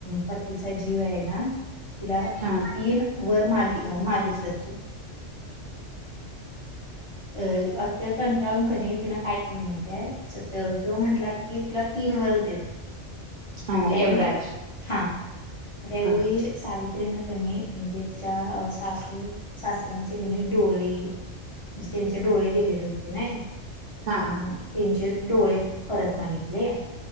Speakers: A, on the left; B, on the right.
A: पतीचा जीव आहे ना तीला
B: हा
A: तीन वर माग मागितलंत. अ अखेर कंटाळून कणी तीन काय केलं माहितीय सत्य ह्यो म्हंटला कि तुला तीन वर देतो
B: हा
A: त्यावेळी
B: यमराज
A: हा त्यावेळी
B: हा
A: सावित्रीन, कणी म्हणजे च्या सासू, सासऱ्यांचे कणी डोळे, त्यांचे डोळे गेलेले होते नाही,
B: हा
A: अ त्यांचे डोळे परत मागितले,